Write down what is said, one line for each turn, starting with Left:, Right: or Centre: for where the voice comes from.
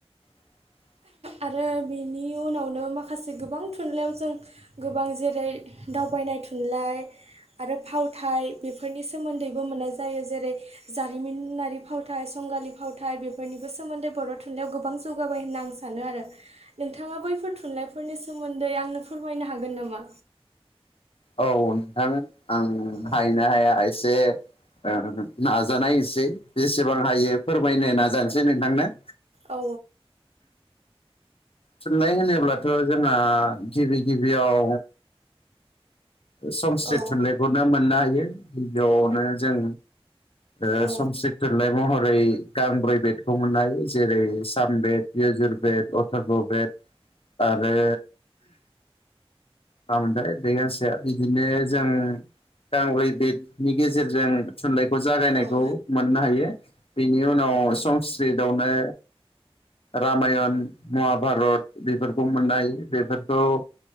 Left: <inaudible>
Right: आरो बेनि उनावनो माखासे गोबां थुनलाइयाव जों गोबां जेरै दावबायनाय थुनलाइ आरो फावथाय बेफोरनि सोमोन्दैबो मोननाय जायो। जेरै जारिमिनारि फावथाय संगालि फावथाय बेफोरनिबो सोमोन्दै बर' थुनलाइयाव गोबां जौगाबाय होनना आं सानो सानो आरो नोंथाङा बैफोर थुनलाइफोरनि सोमोन्दै आंनो फोरमायनो हागोन नामा?
Left: औ नोंथां आं हायो
Right: औ
Left: ना हाया एसे ओं नाजानायसै जेसेबां हायो फोरमायनो नाजानोसै नोंथांनो
Right: औ
Left: थुनलाइ होनोब्लाथ' जोंना गिबि गिबियाव संस्कृत
Right: औ
Left: थुनलाइखौनो मोननो हायो गिबियावनो जों ओ
Right: औ
Left: संखि्रत थुनलाइ महरै गांब्रै बेदखौ मोननो हायो जेरै साम बेेद जुर बेद अथुरब बेद आरो मामोनथाय बे गांसेया बिदिनो जों गांब्रै बेदनि गेजेरजों थुनलाइखौ जागायनायखौ
Right: औ
Left: मोननो हायो बेनि उनाव अ' संस्कृतआवनो रामायण महाभारत बेफोरखौ मोननाय हायो बेफोरखौ